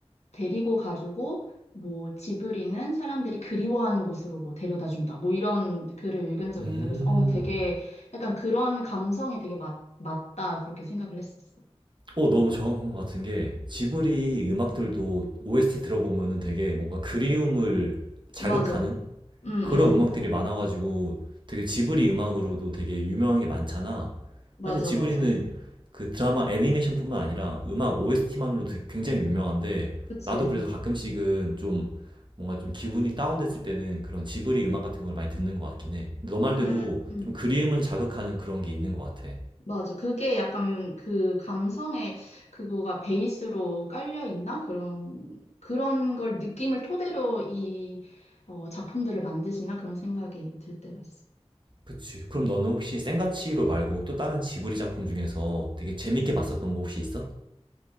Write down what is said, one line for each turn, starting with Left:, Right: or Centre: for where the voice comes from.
Left: 데리고 가지고 뭐 지브리는 사람들이 그리워하는 곳으로 뭐 데려다 준다. 뭐 이런 글을 읽은 적이
Right: 음.
Left: 있는데 그래서 어 되게 약간 그런 감성이 되게 맞, 맞다 그렇게 생각을 했었어.
Right: 어, 너무 정확한 것 같은 게 지브리 음악들도 OST 들어보면은 되게 뭔가 그리움을 자극하는
Left: 맞아. 응,
Right: 그런
Left: 응.
Right: 음악들이 많아가지고 되게 지브리 음악으로도 되게 유명한 게 많잖아.
Left: 맞아,
Right: 사실 지브리는
Left: 맞아.
Right: 그 드라마 애니메이션뿐만 아니라 음악 OST만으로도 굉장히 유명한데
Left: 그치.
Right: 나도 그래서 가끔씩은 좀 뭔가 좀 기분이 다운됐을 때는 그런 지브리 음악 같은 걸 많이 듣는 것 같긴 해. 근데 너 말대로
Left: 음, 음.
Right: 좀 그리움을 자극하는 그런 게 있는 것 같아.
Left: 맞아. 그게 약간 그 감성의 그거가 베이스로 깔려 있나? 그런 그런 걸 느낌을 토대로 이 어, 작품들을 만드시나 그런 생각이 들 때가 있어.
Right: 그치. 그럼 너는 혹시 센과 치히로 말고 또 다른 지브리 작품 중에서 되게 재밌게 봤었던 거 혹시 있어?